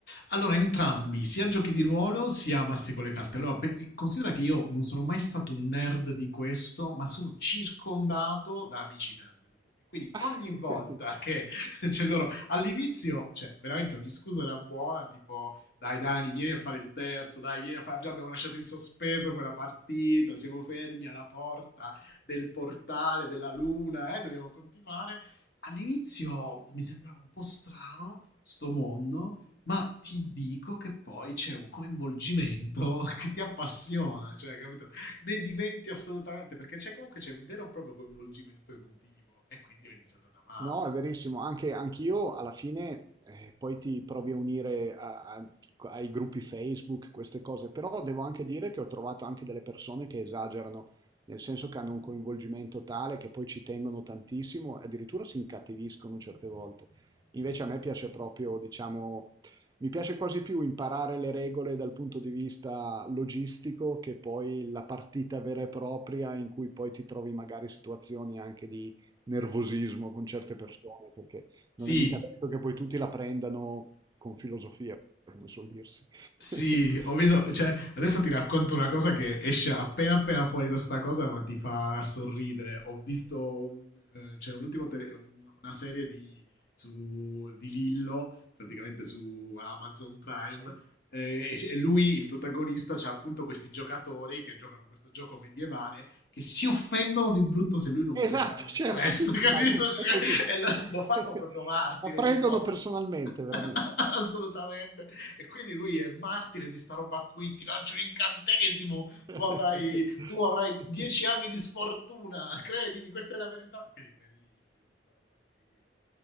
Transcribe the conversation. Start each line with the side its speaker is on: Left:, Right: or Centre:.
Left: Allora, entrambi, sia giochi di ruolo sia mazzi con le carte. Allora, pe- considera che io non sono mai stato un nerd di questo, ma sono circondato da amici nerd di questi. Quindi
Right: <laughs>
Left: ogni volta che <laughs> c'è loro all'inizio, cioè veramente ogni scusa era buona, tipo dai Dani, vieni a fare il terzo, dai, vieni a fare... Già abbiamo lasciato in sospeso quella partita, siamo fermi alla porta del portale della luna, eh, dobbiamo continuare. All'inizio mi sembrava un po' strano sto mondo, ma ti dico che poi c'è un coinvolgimento <laughs> che ti appassiona, cioè, capito? Ne diventi assolutamente, perché c'è comunque c'è un vero e proprio coinvolgimento emotivo e quindi ho iniziato ad amarlo.
Right: No, è verissimo, anche anch'io alla fine eh, poi ti provi a unire a- a- ai gruppi Facebook, queste cose, però devo anche dire che ho trovato anche delle persone che esagerano, nel senso che hanno un coinvolgimento tale che poi ci tengono tantissimo e addirittura si incattiviscono certe volte. Invece a me piace proprio, diciamo, mi piace quasi più imparare le regole dal punto di vista logistico che poi la partita vera e propria in cui poi ti trovi magari situazioni anche di nervosismo con certe persone, perché
Left: Sì,
Right: non è mica detto che poi tutti la prendano con filosofia, come suol dirsi.
Left: Sì,
Right: <laughs>
Left: ho visto, cioè, adesso ti racconto una cosa che esce appena appena fuori da sta cosa, ma ti farà sorridere. Ho visto, mm, eh, c'è un ultimo tele- un- una serie di, su, di Lillo, praticamente su Amazon Prime,
Right: Sì.
Left: eh, e c- e lui, il protagonista, c'ha appunto questi giocatori che giocano questo gioco medievale che si offendono di brutto se lui non
Right: Esatto,
Left: vuole fare
Right: certo,
Left: le quest,
Right: sì, sì,
Left: <laughs> capito?
Right: ma è co-
Left: Cioè,
Right: è così.
Left: E lo,
Right: <laughs>
Left: lo fanno proprio martire,
Right: La prendono
Left: tipo...
Right: personalmente, veramente.
Left: <laughs> Assolutamente. E quindi lui è martire di sta roba qui, ti lancio un incantesimo, tu
Right: <laughs>
Left: avrai, tu avrai dieci anni di sfortuna, credimi, questa è la verità. Quindi bellissimo sta roba qui. eh.